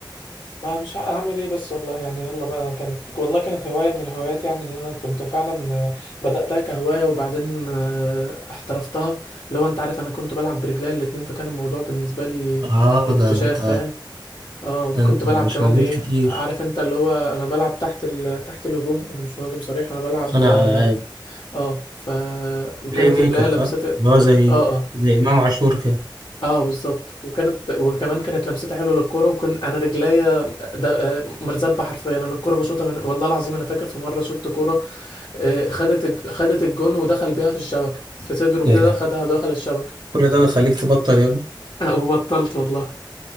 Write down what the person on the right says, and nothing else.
اه
ده انت
ده انت
مش
موجود
كتير
صانع
ألعاب
بلاي ميكر
صح؟
اللي هو زي
زي إمام عاشور كده
يا لا
كل ده بيخليك تبطل يا ابني